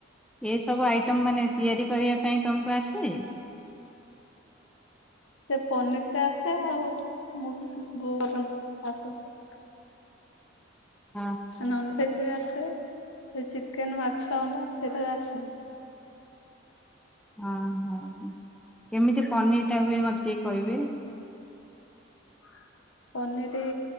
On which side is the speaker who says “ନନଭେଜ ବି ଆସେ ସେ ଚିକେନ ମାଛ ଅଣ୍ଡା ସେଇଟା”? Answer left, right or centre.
Left